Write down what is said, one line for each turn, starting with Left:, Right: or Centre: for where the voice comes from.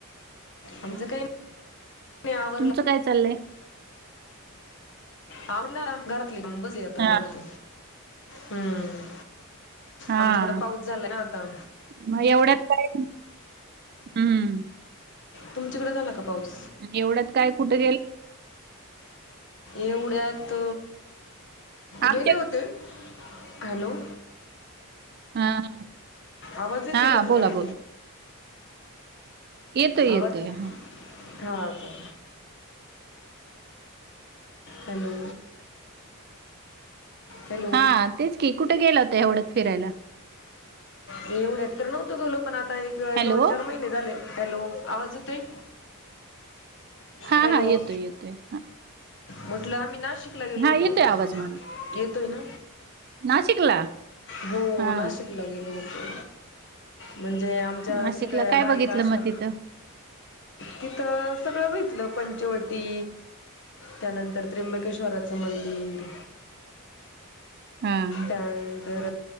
Left: आमचं काय <unintelligible>
Right: तुमचं काय चाललंय?
Left: आवरलं. घरातली कामं बसली आताज
Right: हा
Left: निवांत. हम्म.
Right: हा
Left: आमच्याकडें पाऊस झालाय ना आता.
Right: मग एवढंच काय? हम्म.
Left: तुमच्याकडं झाला का पाऊस?
Right: एवढ्यात काय कुठं गेलं?
Left: एवढ्यात
Right: आमच्या
Left: गेले होते. हॅलो?
Right: हा हा.
Left: आवाज येतोय का
Right: हा,
Left: तुम्हाला?
Right: बोला बोला. येतोय येतोय
Left: आवाज
Right: हा.
Left: हा का? हॅलो? हॅलो
Right: हा तेच की कुठं गेला होता एवढ्यात फिरायला?
Left: येवढ्यात तर नव्हतो गेलो पण, आता एक
Right: हॅलो,
Left: दोन- चार महिने झालय हॅलो आवाज येतोय?
Right: हा
Left: हॅलो
Right: हा येतोय येतोय ह.
Left: म्हटलं आम्ही नाशिक ला गेलो होतो.
Right: येतोय आवाज मला.
Left: येतोय ना?
Right: नाशिकला?
Left: हो
Right: हा
Left: नाशिक. गेलो होतो. म्हणजे आमच्या
Right: नाशिकला
Left: सगळ्या
Right: काय
Left: बायका
Right: बघितलं
Left: अशा
Right: मग तिथं?
Left: तिथं सगळं भेटलं पंचवटी. त्यानंतर त्र्यंबकेश्वराचं मंदिर.
Right: हा.
Left: त्यानंतर